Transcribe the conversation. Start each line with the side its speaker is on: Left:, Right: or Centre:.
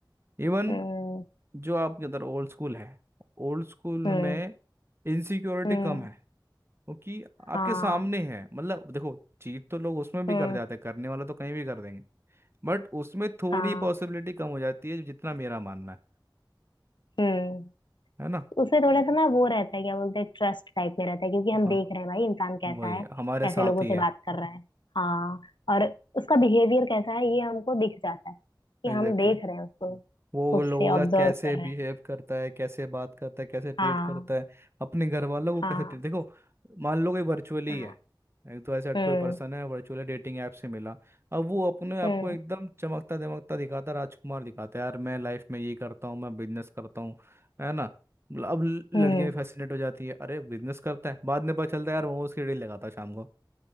Right: इवन
Left: हम्म
Right: जो आपके अंदर ओल्ड स्कूल है ओल्ड स्कूल
Left: हम्म
Right: में इनसिक्योरिटी
Left: हम्म
Right: कम है क्योंकि आपके
Left: हाँ
Right: सामने है मतलब देखो चीट तो लोग उसमें भी
Left: हम्म
Right: कर जाते हैं करने वाला तो कहीं भी कर देंगे बट उसमें थोड़ी
Left: हाँ
Right: पॉसिबिलिटी कम हो जाती है जितना मेरा मानना है
Left: हम्म
Right: है ना
Left: उसमें थोड़ा सा ना वो रहता है क्या बोलते हैं ट्रस्ट टाइप में रहता है क्योंकि हम
Right: हाँ
Left: देख रहे हैं भाई इंसान कैसा
Right: वही
Left: है
Right: हमारे
Left: कैसे
Right: साथ
Left: लोगों
Right: ही
Left: से
Right: है
Left: बात कर रहा है हाँ और उसका बिहेवियर कैसा है ये हमको दिख जाता है कि
Right: एग्जैक्टली
Left: हम देख रहे हैं उसको
Right: वो
Left: खुद
Right: लोगों
Left: से
Right: का
Left: ऑब्जर्व
Right: कैसे
Left: कर
Right: बिहेव
Left: रहे हैं
Right: करता है कैसे बात करता है कैसे ट्रीट
Left: हाँ
Right: करता है अपने घर वालों को
Left: हाँ
Right: कैसे ट्रीट देखो मान लो कोई वर्चुअली
Left: हाँ
Right: है एक तो ऐसा कोई
Left: हम्म
Right: पर्सन है वर्चुअली डेटिंग ऐप से मिला अब वो अपने आप
Left: हम्म
Right: को एकदम चमकता दमकता दिखाता राजकुमार दिखाता है यार मैं लाइफ में ये करता हूँ मैं बिजनेस करता हूँ है ना ल- अब लड़कियां
Left: हम्म
Right: भी फैसिनेट हो जाती है अरे बिजनेस करता है बाद में पता चलता है यार मोमोज की रेडी लगाता है शाम को